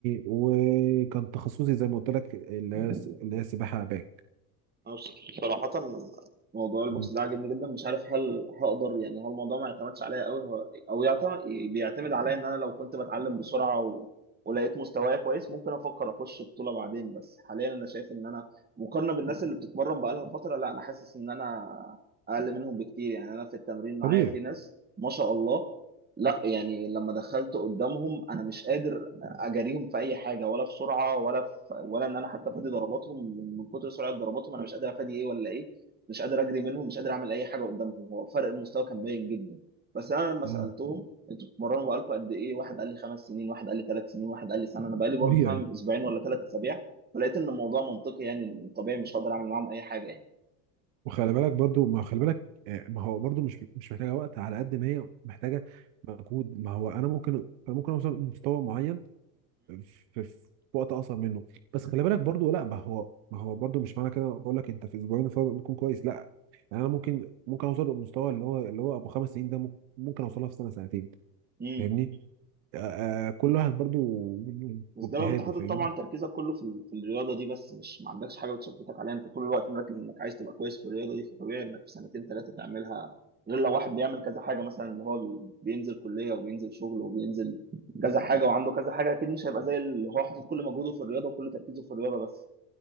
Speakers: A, on the right (about 65°); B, on the right (about 20°).
A: وكان تخصصي زي ما قلت لك اللي
B: مم.
A: هي اللي هي سباحة باك
B: أنا بص- صراحة موضوع البوكس
A: مم.
B: ده عاجبني جدا مش عارف هل هقدر يعني هو الموضوع ما يعتمدش عليا قوي هو او يعتمد بيعتمد عليا ان انا لو كنت بتعلم بسرعة و... ولقيت مستواي كويس ممكن افكر اخش بطولة بعدين بس حاليا انا شايف ان انا مقارنة بالناس اللي بتتمرن بقالها فترة لا انا حاسس ان انا اقل منهم بكتير يعني انا في التمرين معايا
A: طبيعي
B: في ناس ما شاء الله لا يعني لما دخلت قدامهم انا مش قادر اجاريهم في اي حاجه ولا في سرعه ولا في ولا ان انا حتى افادي ضرباتهم من من كتر سرعه ضرباتهم انا مش قادر افادي ايه ولا ايه مش قادر اجري منهم مش قادر اعمل اي حاجه قدامهم هو فرق المستوى كان باين جدا بس انا لما
A: مم.
B: سالتهم انتوا بتتمرنوا بقالكم قد ايه واحد قال لي خمس سنين واحد قال لي ثلاث سنين واحد قال لي سنه انا بقالي برضه
A: طبيعي
B: فاهم اسبوعين ولا ثلاث اسابيع فلقيت ان الموضوع منطقي يعني طبيعي مش هقدر اعمل معاهم اي حاجه يعني
A: وخلي بالك برضو ما خلي بالك آه، ما هو برضو مش مش محتاجة وقت على قد ما هي محتاجة مجهود ما هو انا ممكن انا ممكن اوصل لمستوى معين في, في وقت اقصر منه بس خلي بالك برضو لا ما هو ما هو برضو مش معنى كده بقول لك انت في اسبوعين الفرق بيكون كويس لا يعني انا ممكن ممكن اوصل للمستوى اللي هو اللي هو ابو خمس سنين ده ممكن ممكن اوصلها في سنه سنتين
B: امم
A: فاهمني آه آه، كل واحد برضو
B: بس
A: واجتهاده
B: ده لو انت حاطط
A: فاهمني
B: طبعا تركيزك كله في ال- في الرياضه دي بس مش ما عندكش حاجه بتشتتك عليها انت طول الوقت مركز انك عايز تبقى كويس في الرياضه دي فطبيعي انك في سنتين ثلاثه تعملها غير لو واحد بيعمل كذا حاجه مثلا اللي هو بي- بينزل كليه وبينزل شغل وبينزل كذا حاجه وعنده كذا حاجه اكيد مش هيبقى زي اللي هو حاطط كل مجهوده في الرياضه وكل تركيزه في الرياضه بس